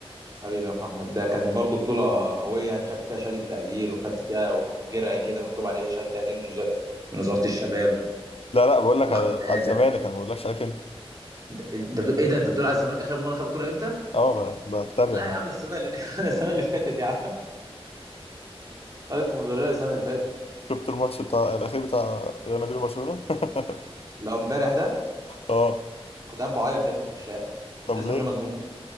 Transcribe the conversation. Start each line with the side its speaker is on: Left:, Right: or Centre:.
Right: حبيبي يا محمد ده كانت برضو بطولة قوية يعني خدت فيها شهادة تقدير وخدت فيها درع كده مكتوب عليه شهادة تقدير من وزارة من وزارة الشباب
Left: لا لا بقول لك
Right: واخد
Left: على
Right: شهادة
Left: على الزمالك انا ما بقولكش عليك انت
Right: انت انت بتقول ايه ده انت بتقول على الزمالك اخر مرة خد بطولة امتى؟
Left: اه ب- بتريق
Right: لا
Left: يعني
Right: يا عم ده السنة اللي... <laughs> ده السنة اللي فاتت يا عم خد الكونفدرالية السنة اللي فاتت
Left: شفت الماتش بتاع الاخير بتاع ريال مدريد وبرشلونه <laughs>
Right: لو امبارح ده
Left: اه
Right: كنت قاعد بعيط يا ابني في الشارع
Left: طب
Right: الناس
Left: ليه
Right: فاكرين مجنون